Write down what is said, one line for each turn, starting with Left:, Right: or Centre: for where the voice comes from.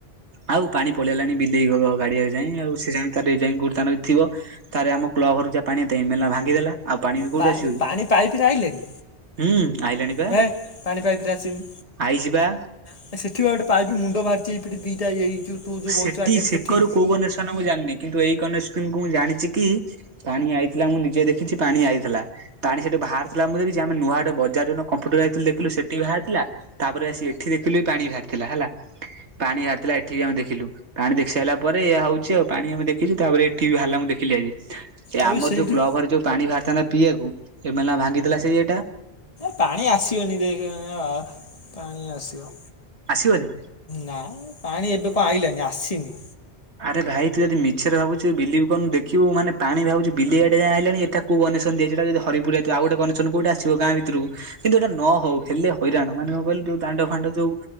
Right: ଆଉ ପାଣି ପଳେଇ ଆଇଲାଣି ବିଲେଇ ଘର ଗାଡିଆ ଯାଏଁ ଆଉ ସେ ଯାଇ ତାର ଯାଇ କଉଠି ତାଙ୍କର ଥିବ। ତାରେ ଆମ କ୍ଳବ ଘରୁ ଯାହା ପାଣି ପାଇଁ ଏମେଲା ଭାଙ୍ଗିଦେଲା ଆଉ ପାଣି ବି କୋଉଠି
Left: ପା
Right: ଆସିବ କି?
Left: ପାଣି ପାଇପ୍ ରେ ଆଇଲାନି?
Right: ହୁଁ ଆଇଲାଣି। ପା
Left: ହେ ପାଣି ପାଇପି ରେ ଆସିନି।
Right: ଆଇଛି ପା
Left: ଆ ସେଠିବା ଆ ଗୋଟେ ପାଇପ୍ ମୁଣ୍ଡ ବାହାରଚି ଏଇପଟେ ଦିଟା ଏଇ ଯୋଉ ତୁ ଯୋଉ
Right: ସେଠି
Left: ବଇଛୁ ଆଗରେ
Right: ସେକରୁ
Left: ସେଠି।
Right: କୋଉ ଗଣେଶନ ମୁଁ ଜାଣିନି କିନ୍ତୁ ଏଇ କନେସଙ୍କୁ ମୁଁ ଜାଣିଛି କି ପାଣି ଆଇଥିଲା ମୁଁ ନିଜେ ଦେଖିଚି ପାଣି ଆଇଥିଲା। ପାଣି ସେଠୁ ବାହାରିଥିଲା ମୁଁ ଦେଖିଚି ଆମେ ନୂଆ ଆଡେ ବଜାର କମ୍ପ୍ୟୁଟର ଯାଇଥିଲୁ ଦେଖିଲୁ ସେଠି ବାହାରି ଥିଲା। ତାପରେ ଆସି ଏଠି ଦେଖିଲୁ ବି ପାଣି ବାହାରିଥିଲା ହେଲା ପାଣି ବାହାରିଥିଲା ଏଠି ବି ଆମେ ଦେ ଦେଖିଲୁ ପାଣି ଦେଖି ସାରା ପରେ ଏଇଆ ହଉଛି ଆଉ ପାଣି ଆମେ ଦେଖିଛୁ ତାପରେ ଏଠି ବି ବାହାରା ମୁଁ ଦେଖିଲି ଆଜି। ଏ ଆମର
Left: ଆଉ ସେଇଠି
Right: ଯୋଉ କ୍ଲବଘରେ ଯୋଉ ପାଣି ବାହାରିଥାନ୍ତା ପିଇବାକୁ ଏମେନା ଭାଙ୍ଗିଦେଲା ସେଇ ଇଏଟା।
Left: ପାଣି ଆସିବନି ଦେଖେ ଆ ପାଣି ଆସିବ।
Right: ଆସିବନି?
Left: ନା ପାଣି ଏବେ କଣ ଆଇଲାନି ଆସିନି।
Right: ଆରେ ଭାଇ ତୁ ଯଦି ମିଛରେ ଭାବୁଚୁ ବିଲିବି କରୁନୁ ଦେଖିବୁ ମାନେ ପାଣି ଭାବୁଛୁ ବିଲେଇ ଗାଡିଆ ଯାଏ ଆଇଲାଣି ଏଟା କୁ କନେଷନ ଯଦ ହରିପୁର ଯିବ ଆଉ ଗଟେନ କୋଟ ଆଶିବ ଗାଁ ଭିତରକୁ। <unintelligible> କିନ୍ତୁ ଏଇଟା ନ ହଉ ହେଲେ ହଇରାଣ ମାନେ କଣ କହିଲୁ ଯୋଉ ଦାଣ୍ଡ ଫାଣ୍ଡ ଯୋଉ